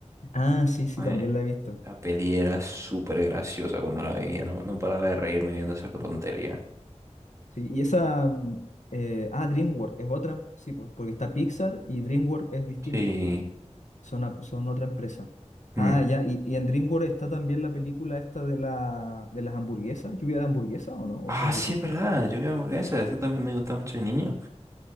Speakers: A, on the left; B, on the right.
A: Ah, sí, sí,
B: Joder,
A: también la he visto.
B: la peli era súper graciosa cuando la veía, no, no paraba de reírme viendo esa tontería.
A: Mm. Sí, y esa, mm, eh, ah, DreamWorks es otra, sí, pues, porque está Pixar y DreamWorks es distinto,
B: Sí.
A: pues, son, a- son otra empresa. Ah,
B: Mm.
A: ya, y, y en DreamWorks está también la película esta de, la, de las hamburguesas, lluvia de hamburguesas o no, o
B: Ah,
A: esa es
B: sí,
A: de Pixar.
B: es verdad, yo vi hamburguesa, eso también me gustaba mucho de niño.